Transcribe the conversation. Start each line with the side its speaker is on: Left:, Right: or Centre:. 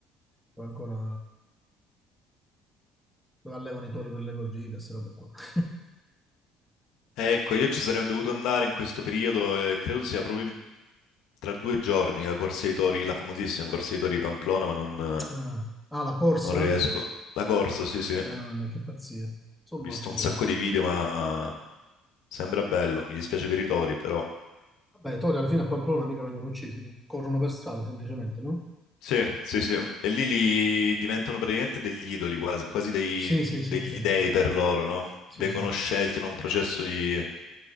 Centre: Poi ancora... dove allevano i tori per le corride, queste robe qua. <laughs>
Left: Ecco, io ci sarei dovuto andare in questo periodo e credo sia proprio in- tra due giorni la Corsa dei Tori, la famosissima Corsa dei Tori di Pamplona, ma non, eh,
Centre: Ah, ah, la corsa?
Left: non riesco. La corsa, sì, sì. Ho
Centre: Ah, che pazzia. Sono
Left: visto
Centre: matti
Left: un
Centre: però.
Left: sacco di video, ma Sembra bello, mi dispiace per i tori, però.
Centre: Vabbè, i tori alla fine a Pamplona mica vengono uccisi, corrono per strada semplicemente, no?
Left: Sì, sì, sì. E lì li diventano praticamente degli idoli, quasi, quasi dei-
Centre: Sì, sì,
Left: degli
Centre: sì, sì.
Left: dei per loro, no?
Centre: Sì,
Left: Vengono
Centre: sì.
Left: scelti in un processo di,